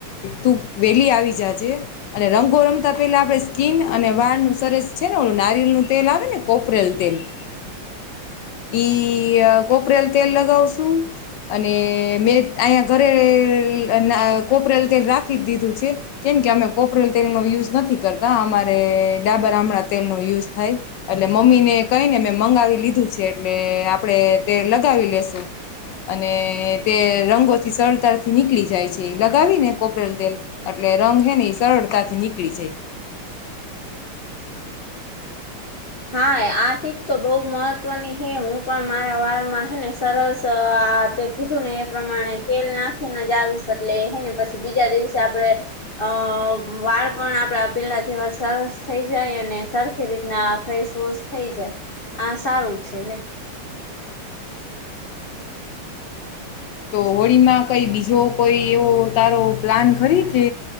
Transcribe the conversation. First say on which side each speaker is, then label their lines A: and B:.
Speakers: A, on the left; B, on the left.
A: તું વેલી આવી જાજે અને રંગોરંગ પેલા આપે સ્કીિન અને વાળ નું સરસ છે ને ઓું નારિયલ નું તેલ આવે ને કોપરેલ તેલ હ ઈ કોપરેલ તેલ લગાવશુ અને મે અહીંયા ઘરે કોપરેલ તેલ રાખી જ દીધું છે કેમ કે અમે કોપરેલ તેલ નો યુ કરતા ડાબર આમ તેલ નયુ થાય એટલે મમ્મીને કને મે ાવી લીધું છે એટલે આપણેે તે લગાવી લેશું અને તે રંગ થી સરળતાથીનીળી જાય છે લગાવી ને કોપરેલ તેલ એટલે રંગ હે ને એ સરળતા થી નીકળી વિજય
B: હા આ ટીપ તો બઉ મહત્વની હૈ હું પણ મારા વારમાં હે ને સરસ આ તે કીધું ને એ પ્રમાણે તેલ નાખીને જ આવીશ એટલે હેને પછી બીજા દિવસે આપણે અ વાળ પણ આપડા પેલા જેવા સરસ થઈ જાય અને સરખી રીતના ફેશ વોશ થઈ જાય આ સારું છે ને
A: તો હોળીમાં કઈ બીજો કોઈ એવો તારો પ્લાન ખરી કે